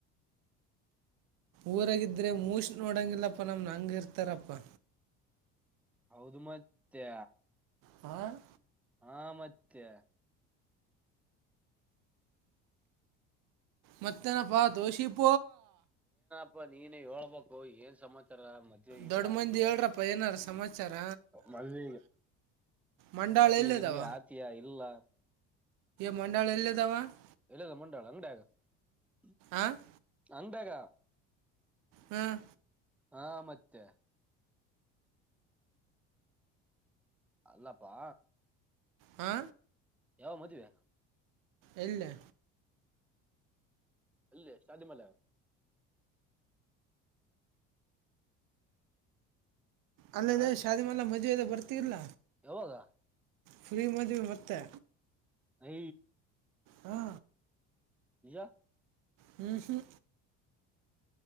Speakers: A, on the right; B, in the centre.
A: ಊರಾಗಿದ್ರೆ ಮೂಷ ನೋಡಂಗಿಲ್ಲಪ್ಪಾ ನಮ್ ಹಂಗ ಇರ್ತಾರಪ್ಪಾ.
B: ಹೌದು ಮತ್ತೆ....
A: ಹಾ <inaudible>
B: ಹಾ, <unintelligible> ಮತ್ತೆ
A: ಮತ್ತೇನಪ್ಪಾ ದೋಶಿ <unintelligible>
B: ಇ ನೀನ್ ಹೇಳ್ಬೇಕು ಏನ್ ಸಮಾರ‌. - ರ ಮದ್ವೆೆಗವಿ
A: ದೊಡ್ಡ
B: ಆತ
A: ಮಂದಿ ಹೇಳ್ರಪ್ಪ ಏನಾರ ಸಮಾಚಾರ
B: ಮದ
A: ಮಂಡಾಳ
B: ಮದ್ವೆಗಿದ್ವಿ
A: ಎಲ್ಲಿದಾವ
B: ಆತಿಯ ಇಲ್ಲ. -
A: ಮಂಡಾಳ ಎಲ್ಲದಾವ... -
B: ಇಲ್ಲದ ಮಂಡಾಳ ಅಂಗಡಿಗ. -
A: ಆ <inaudible>
B: ಅಂದಾಗ
A: ಹ್ಮ್
B: ಹಾ ಮತ್ತೆ ಅಲ್ಲಪ್ಪಾ
A: ಹಾ
B: ಯಾವ ಮದುವೆ
A: ಎಎಲ್ಲೆ
B: ಅಲ್ಲೇ ಶಾದಿಮಲ
A: ಅಲ್ಲದೆ
B: ಹಾ
A: ಶಾದಿಮಲ ಮದ್ವೆ ಇದೆಲ ಬರ್ತಿರಲ
B: ಯಾವಾಗ
A: ಫ್ರೀ ಮದ್ವಿ ಮತ್ತೆ
B: ಐ
A: ಹಾ
B: ಈಯಾ
A: ಹ್ಮ ಹ್ಮ